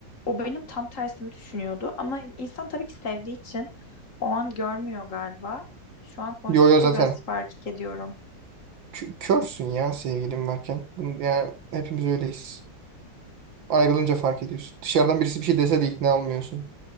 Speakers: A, on the left; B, on the right.
A: o benim tam tersimi düşünüyordu. Ama insan tabii ki sevdiği için o an görmüyor galiba. Şu an konuştukça
B: Yo yo zaten
A: biraz fark ediyorum.
B: kö- körsün ya sevgilim varken. Bunu, yani hepimiz öyleyiz. Ayrılınca fark ediyorsun. Dışarıdan birisi bir şey dese de ikna olmuyorsun.